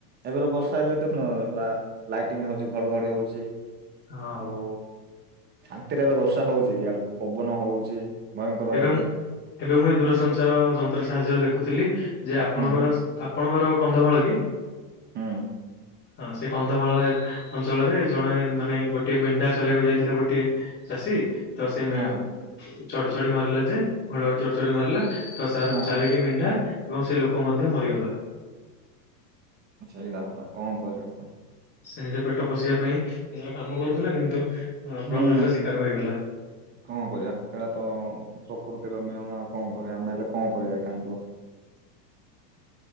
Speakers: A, on the right (about 20°); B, on the left (about 20°).
A: ଏବେର ବର୍ଷା ହେଲେ ଦେଖୁନ ପୁରା ଲାଇଟିଙ୍ଗ୍ ହଉଚି ଘଡଘଡି ହଉଚି।
B: ହଁ
A: ଆଉ ଶାନ୍ତିରେ ହେଲେ ବର୍ଷା ହଉଛିକି ଆଡେ ପବନ ହଉଛି। ଭୟଙ୍କର
B: ଏବେ
A: ହେଇଯାଉଛି
B: ମୁଁ ଏବେ ମୁଁ ଏଇ ଦୂରସଞ୍ଚାର ଯନ୍ତ୍ର ସାହାଯ୍ୟରେ ଦେଖୁଥିଲି ଯେ ଆପଣଙ୍କର
A: ହୁଁ
B: ଆପ। ଆପଣଙ୍କର କନ୍ଧମାଳ କି।
A: ହୁଁ
B: ହଁ ସେ କନ୍ଧମାଳ ଏ ଅଞ୍ଚଳରେ ଜଣେ ମାନେ ଗୋଟଏ ମେଣ୍ଢା ଚରିବାକୁ ଯାଇଥିଲା ଗୋଟିଏ। ଚାଷୀ ତ ସେ ମେ
A: ହଁ
B: ଚଡଚଡି ମାରିଲା ଯେ ଘଡଘଡି ଚଡଚଡି ମାରିଲା। ତ ତାର
A: ହଁ
B: ଚାରିଟି ମେଣ୍ଢା ଏବଂ ସେ ଲୋକ ମଧ୍ୟ ମରିଗଲା।
A: ସେଇଟା ପରା କଣ କରିବ କଣ।
B: ସେ ନିଜ ପେଟ ପୋଷିବା ପାଇଁ ନିଜର କାମ କରୁଥିଲା କିନ୍ତୁ ପ୍ରକୃତିର
A: ହୁଁ
B: ଶିକାର ହୋଇଗଲା।
A: କଣ କରିବା ସେଟା ତ। ପ୍ରକୃତିର ନିୟମ ଆଉ କଣ କରିବା ଆମେ ହେଲେ କଣ କରିବା କାଇଁ କୁହ।